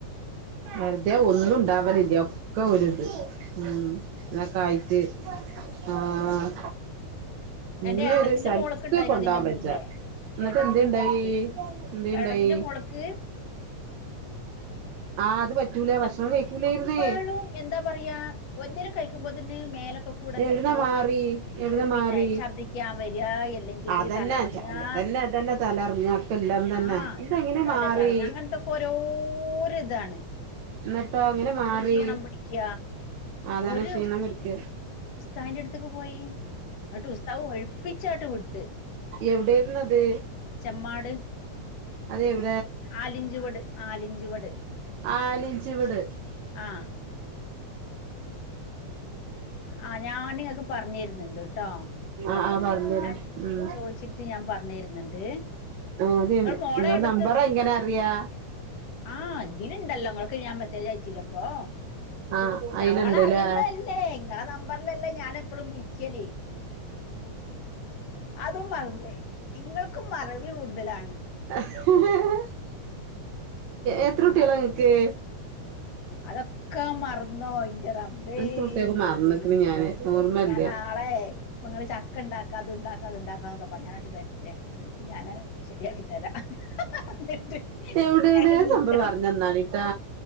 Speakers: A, on the right; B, on the left.
A: വെറുതെ ഒന്നും ഉണ്ടാവലില്ല്യ ഒക്കെ ഒരിത് ഉം അതൊക്കെ
B: ഏഹ്
A: ആയിട്ട് ആഹ് ഇങ്ങ്
B: എന്റെ ഏട്ടത്തിന്റെ
A: ഒരു സ്ഥലത്ത്
B: മോൾക്ക് ഇണ്ടായിനു
A: കൊണ്ടോവാം
B: ഇതിന്റെ മുൻപേ
A: പച്ച എന്നിട്ട്
B: ഏട്ടത്തിന്റെ
A: എന്ത് ഇണ്ടായി
B: മോൾക്ക്
A: എന്ത് ഇണ്ടായി
B: ഏട്ടത്തിന്റെ മോൾക്ക്
A: ആഹ് അത് പറ്റൂല ഭക്ഷണം
B: എപ്പളും
A: കഴിക്കൂലായിരുന്നേ
B: എന്താ പറയാ ഒന്തേലും കഴിക്കുമ്പോതന്നെ മേ മേലൊക്കെ കൂടെ എന്തൊക്കോ
A: എവിടുന്നാ മാറി എവിടുന്നാ
B: പിന്നെ
A: മാറി
B: ഛർദ്ദിക്കാൻ വരാ ഇല്ലെങ്കില്
A: അതന്നെ
B: തലറങ്ങാ
A: അതന്നെ അതന്നെ തലറങ്ങ അക്കെല്ലാം തന്നെ
B: ആഹ
A: ഇതെങ്ങനെ
B: തലകറങ്ങ
A: മാറി
B: അങ്ങനത്തെൊക്കെ ഓരോരിതാണ്.
A: എന്നിട്ടോ അങ്ങനെ മാറി
B: ഒരു ക്ഷീണം പിടിക്ക
A: അതാണ്
B: ഒരു
A: ക്ഷീണം പിടിക്ക
B: ഉസ്താവിന്റെ അടുത്തേക്ക് പോയി എന്നിട്ട് ഉസ്താാവ് ഒഴിപ്പിച്ചാട്ട് വിട്ട്
A: എവിടൊയിുന്ന അത്
B: ചെമ്മാട്
A: അത് എവി
B: ആലിഞ്ചുവട് ആലിഞ്ചുവട്.
A: !!!!!!!
B: ആഹ്
A: !!!
B: ആഹ ഞാാനങ്ങക്കെ പറഞ്ഞു തരുന്നുണ്ട് കേട്ടോ
A: ആഹ് ആഹ് പറഞ്ഞരും
B: ഞാൻ
A: ഉം
B: ചോദിച്ചിട്ട് ഞാൻ പറ <unintelligible>
A: ആഹ് അത് നിങ്ങളെ നമ്പർ എങ്ങനെ അറിയാ
B: ആഹ് ഇതിലുണ്ടല്ലോങ്ങക്ക് ഞാൻ മെസ്സേജ് അയച്ചില്ല ഇപ്പൊ
A: ആഹ് അയിലുണ്ട്ല്ലേ
B: നമ്മൾ അറിയുന്നതല്ലേ നിങ്ങള നമ്പറിലല്ലേ ഞൻ എപ്പഴും വിളിക്കലേ അതും മറന്നേ നിങ്ങൾക്കും മറവി് കൂടുതലാണ്
A: <unintelligible> എത്രൂട്ടിളങ്ങക്ക്
B: അപ്പൊ അതൊക്കെ മറന്നോ <unintelligible>
A: എത്ര കുട്ടിയാക്ക് മറന്ന്ക്ക്ണ് ഞാന് ഓർമ്മല്ല
B: <unintelligible>
A: തെവിടെേന്ന
B: എല്ലാം
A: നമ്പർ പറഞ്ഞ തന്നാളീട്ടാ